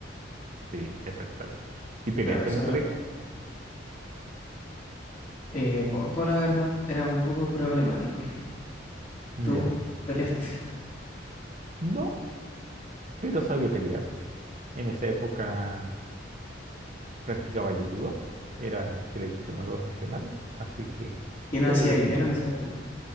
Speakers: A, on the right; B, on the left.
A: Sí, exactamente. ¿Y peleaste
B: Claro, eso
A: en el
B: era
A: colegio?
B: eh, poco, la verdad, era muy poco problemático.
A: Ya.
B: Tú peleaste,
A: No, pero sabía pelear. En esa época practicaba judo. Era seleccionador regional, así que
B: ¿qué no
A: podía
B: hacías
A: defenderme.
B: bien en esa época?
A: <laughs>